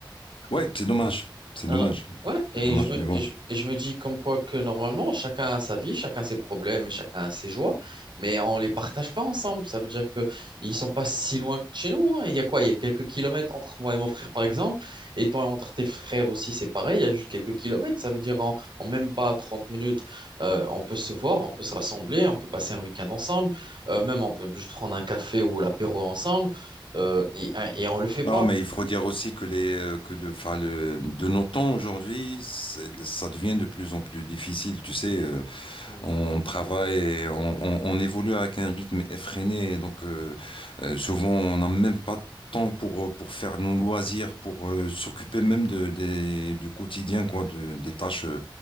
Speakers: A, on the left; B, on the right.
A: ouais, c'est dommage. C'est
B: Alors,
A: dommage.
B: ouais, et
A: C'est dommage,
B: je me,
A: mais bon.
B: et je, et je me dis comme quoi que normalement, chacun a sa vie, chacun ses problèmes et chacun a ses joies, mais on les partage pas ensemble. Ça veut dire que ils sont pas si loin que chez nous. hein. Il y a quoi? Il y a quelques kilomètres entre moi et mon frère, par exemple, et toi, entre tes frères aussi, c'est pareil, il y a juste quelques kilomètres. Ça veut dire en, en même pas 30 minutes, euh, on peut se voir, on peut se rassembler, on peut passer un week-end ensemble, euh, même on peut juste prendre un café ou l'apéro ensemble, euh, et, et on le fait pas.
A: Non, mais il faut dire aussi que les, euh, que le, enfin, le, de nos temps aujourd'hui, c'est- ça devient de plus en plus difficile. Tu sais,
B: Hmm.
A: on travaille, on, on- on évolue avec un rythme effréné. Donc, euh, euh, souvent, on n'a même pas de temps pour, euh, pour faire nos loisirs, pour euh, s'occuper même de, des- du quotidien, quoi, de- des tâches euh,